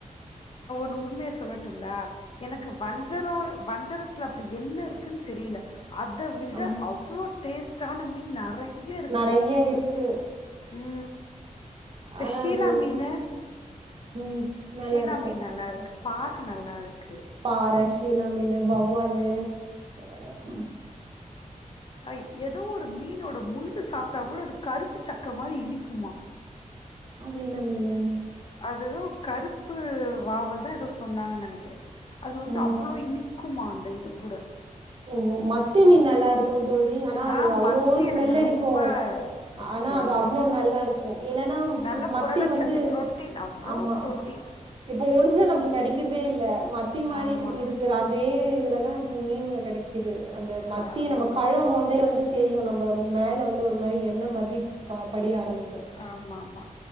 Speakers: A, on the left; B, on the right.
A: னு உண்மையா சொல்லட்டுங்களா எனக்கு வஞ்சரோ வஞ்சரத்துல அப்டி என்ன இருக்குனு தெரியல அத விட
B: ஆமா.
A: அவ்ளோ டேஸ்ட்டான மீன் நெறையா யாஇருக்கு
B: நெறைய இருக்கு.
A: உ இந்த
B: ஆனா
A: ஷீலா
B: அது
A: மீனு
B: ம். நல்லாருக்கும்.
A: ஷீலா மீன் நல்லாருக் க்கு பாற நல்லாருக்
B: பாற ஷீலா மீனு வவ்வாலு அ
A: அய் ஏதோ ஒரு மீனோட முள்ளு சாப்ட்டா கூட அது கருப்பு சக்க மாரி இனிக்குமா
B: அது என்ன மீனு?
A: அதேதோ கருப்பு வாவல்தா எதோ சொன்னாங்கனு நெனக்கிறே அது வந்து
B: ம்.
A: அவ்ளோ இனிக்குமா அந்த இது கூட
B: ஓ மத்தி மீன் நல்லாருக்கு தோழி ஆனா அது
A: ஆ
B: அவ்ளோ
A: மத்தி
B: ஸ்மெல்
A: எனக்கு
B: அடிக்கு
A: ரொம்ப
B: ஆனா
A: ஃபேவரெட்டு
B: அது அவ்ளோ நல்லாருக்கு என்னன்னா
A: நல்ல
B: மத்தி
A: புரதச்சத்து
B: வந்து
A: புரோட்டீன் அவ்வளோ
B: ஆமா
A: புரோட்டீன்
B: இப்போ ஒரிஜினல் நம்மளுக்கு கெடைக்கிறதே இல்ல மத்தி மாரி
A: ஆமா
B: இருக்குற அதே இதுலதா இப்போ மீனுங்க க்குது அந்த மத்தி
A: ஆமா
B: நம்ம
A: ஆமா
B: கழுவம்போதே வந்து தெரியு நம்ம மேல வந்து ஒரு மாரி எண்ண மாதிரி ப படிய ஆரம்பிக்கு
A: ஆமா ஆமா